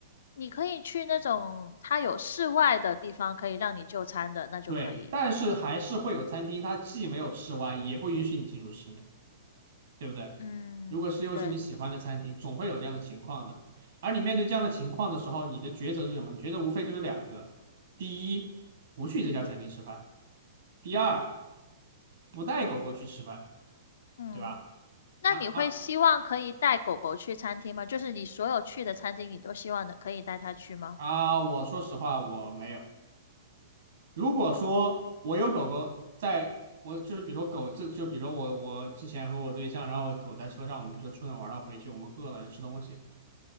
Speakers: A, on the left; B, on the right.
A: 你可以去那种它有室外的地方，可以让你就餐的，那就可以。
B: 对，但是还是会有餐厅，它既没有室外，也不允许你进入室内，对不对？
A: 嗯，
B: 如果是又是你喜欢的餐厅，
A: 对的，
B: 总会有这样的情况的。而你面对这样的情况的时候，你的抉择是什么？你觉得无非就是两个：第一，不去这家餐厅吃饭；第二，不带狗狗去吃饭，
A: 嗯。
B: 对吧？
A: 那你会希望可以带狗狗去餐厅吗？
B: 啊啊
A: 就是你所有去的餐厅，你都希望的可以带它去吗？
B: 啊！我说实话，我没有。如果说我有狗狗在，我就是比如说狗，这就比如说我我之前和我对象，然后狗在车上，我们比如说出去玩，然后回去我们饿了吃东西。